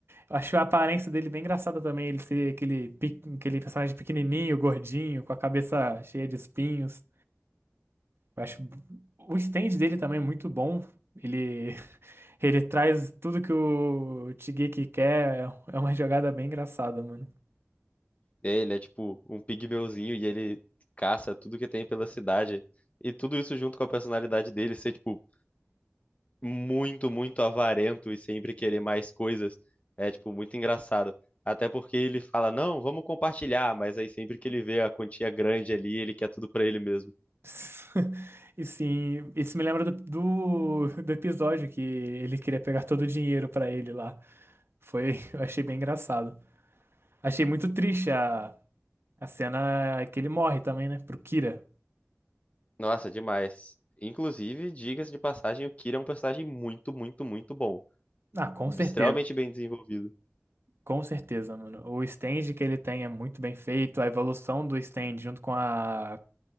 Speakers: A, on the right; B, on the left.
A: Eu acho a aparência dele bem engraçada também. Ele ser aquele, pe- aquele personagem pequenininho, gordinho, com a cabeça cheia de espinhos. Eu acho o stand dele também é muito bom. Ele, <laughs> ele traz tudo que o Shigeki quer. É é uma jogada bem engraçada, mano.
B: É, Ele é tipo um pigmeuzinho e ele caça tudo que tem pela cidade. E tudo isso junto com a personalidade dele ser, tipo, muito, muito avarento e sempre querer mais coisas. É, tipo, muito engraçado. Até porque ele fala, não, vamos compartilhar, mas aí sempre que ele vê a quantia grande ali, ele quer tudo pra ele mesmo.
A: <laughs> E sim, isso me lembra do, do, do episódio que ele queria pegar todo o dinheiro pra ele lá. Foi, <laughs> eu achei bem engraçado. Achei muito triste a, a cena que ele morre também, né? Pro Kira.
B: Nossa, demais. Inclusive, diga-se de passagem, o Kira é um personagem muito, muito, muito bom.
A: Ah, com certeza.
B: Extremamente bem desenvolvido.
A: Com certeza, mano. O stand que ele tem é muito bem feito. A evolução do stand junto com a